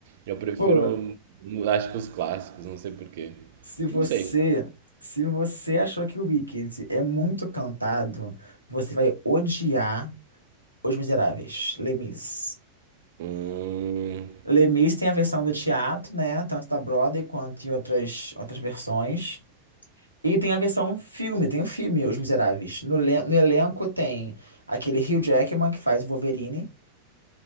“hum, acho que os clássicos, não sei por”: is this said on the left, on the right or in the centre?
Right